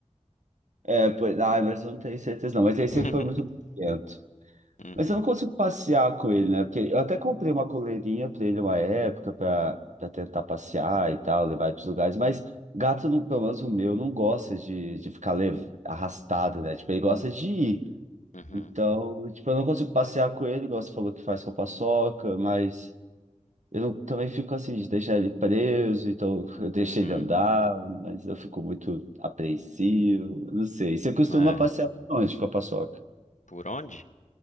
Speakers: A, on the right (about 75°); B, on the left (about 80°).
A: É, pois, ai, mas eu não tenho certeza não, mas ele sempre
B: <laughs>
A: foi muito quieto.
B: Uhum,
A: Mas eu não consigo passear com ele, né? Porque eu até comprei uma coleirinha pra ele uma época, pra, pra tentar passear e tal, levar ele pros lugares, mas gato, não- pelo menos o meu, não gosta de, de ficar lev- arrastado, né? Tipo, ele gosta de ir.
B: uhum,
A: Então, tipo, eu não consigo passear com ele, igual você falou que faz com a paçoca, mas. Eu não- também fico assim, de deixar ele preso, então eu deixo
B: uhum.
A: ele andar, mas eu fico muito apreensivo, não sei. Você costuma
B: uhum. É,
A: passear por onde com a paçoca?
B: por onde?